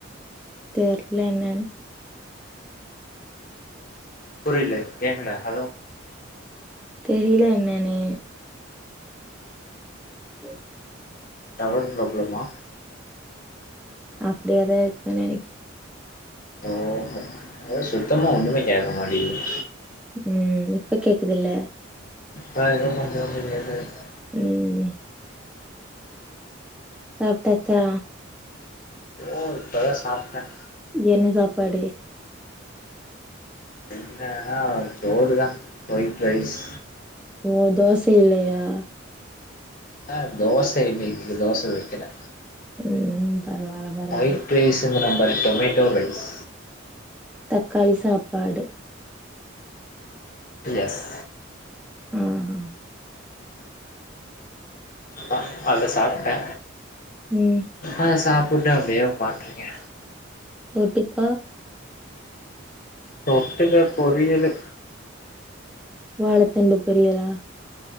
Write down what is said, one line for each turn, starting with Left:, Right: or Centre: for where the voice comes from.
Centre: தெர்ல என்னன்னு
Left: புறில கேக்கல ஹ
Centre: தெரில என்னன்னு ம்
Left: டவர் பிராப்ளமா
Centre: அப்டியாதா இருக்குன்னு நினைக்
Left: ஓஹோ அது சுத்தமா ஒன்னுமே கேக்க மாடிக்கு
Centre: ம் இப்ப கேக்குதுல்ல
Left: ர ர மந்த <unintelligible>
Centre: ம் சாப்ட்டாச்சா
Left: ஒ இப்பதா சாப்ட்ட
Centre: என்ன சாப்பாடு
Left: என்னன்னா சோறுதா ஒயிட் ரைஸ்
Centre: ஓ தோச இல்லையா
Left: ஆ தோச இன்னக்கு தோச வக்கிறா
Centre: ம் பரவால்ல பரவால்ல
Left: கை ப்ரைஸுங்குறாம்பாரு டொமேட்டோ ரைஸ்
Centre: தக்காளி சாப்பாடு
Left: எஸ்
Centre: ம்
Left: அதா அத சாப்ட்ட
Centre: ம்
Left: ஆ சாப்பிட்டு அப்டியே உக்காந்திருக்கே
Centre: தொட்டுக்க
Left: தொட்டுக பொரியலு
Centre: வாழத்தண்டு பொறியலா